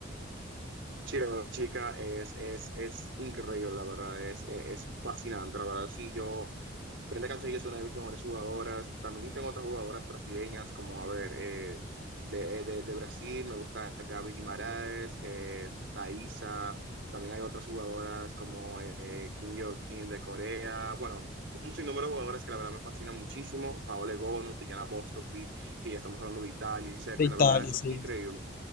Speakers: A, on the right (about 70°); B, on the left (about 45°).
A: Sí, la verdad, chica, es, es, es increíble, la verdad, es, es, es fascinante, la verdad, sí, yo, Brenda Castillo es una de mis mejores jugadoras, también tengo otras jugadoras brasileñas, como, a ver, eh, de, eh, de, de Brasil, me gusta Gaby Guimarães, eh, Thaisa, también hay otras jugadoras como eh, Kim Yo-Kim de Corea, bueno, un sinnúmero de jugadoras que la verdad me fascinan muchísimo, Paola Egonu, Tiziana Boscovi, que ya estamos hablando de Italia y Serbia,
B: De Italia,
A: la verdad, eso
B: sí.
A: es increíble.